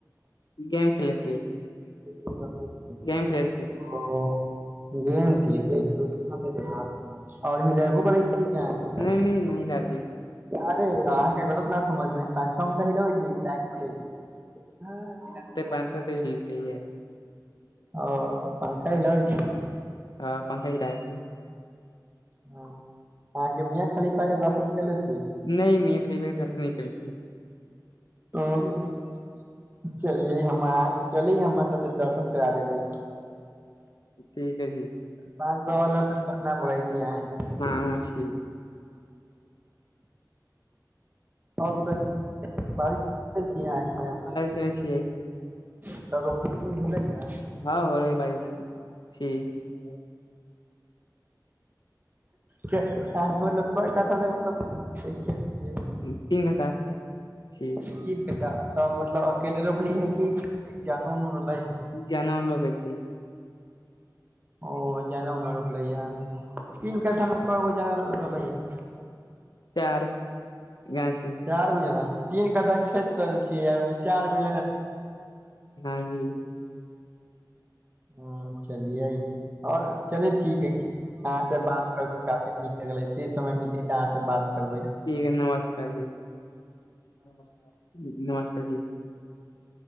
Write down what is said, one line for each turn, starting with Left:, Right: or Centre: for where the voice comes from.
Left: गेम खेले छियै
Right: ओ गेम
Left: खेले छियै
Right: खेले छि आओर हिलेबो करै छिये की आहाँ
Left: नहि नहि नहि
Right: के
Left: लाते
Right: अरे अहाँके गलत नऽ समझबै पंखा उनका छ क ल ओठ <inaudible>
Left: पानथ तऽ हलते है
Right: ओ पंखा हिलेब छिये
Left: हाॅ पंखा हिलेब छिये
Right: हाॅं अहाँके मियाँ खलीफा के दर्शन केले छी
Left: नहि मियाँ खलीफा के दर्शन नहि करै छियै
Right: ओ छलियै हमार चली हमरा सबकेे दर्शन करा देबै
Left: ठीक है जी
Right: पाँच सो वला के मन नऽ भड़े छै अहाँके <inaudible>
Left: माओ छी
Right: और बताउ बारिश <unintelligible> आहाँके
Left: केने छिये
Right: तऽ रोपनी उपनी भेलय यऽ
Left: हँ हो रहै बारिश छी बहुत
Right: के हाॅं बतलब कय कठा लेल मतलब खेत छियय
Left: तीन घटा छी
Right: तीन कट्ठा तऽ मतलब अकेले रोपलही हें की जनो उनो रहल हें।
Left: जनो उनो रीपेसी
Right: ओ जनो उनो रोपलै यऽ तीन कठामे कगो जन रहय ये
Left: चार गाछ छै
Right: चारि गो जना तीन कट्ठा खेत करऽ छि ओहिमे चारि गो जोन
Left: हाॅं जी
Right: हुं चलियए आओर चले ठीक हए अहाँ से बात करब काफी नीक लगले फिर समय मिलते तऽ अहाँ से बात करबै
Left: ठीक है नमस्कार जी नमस्कार जी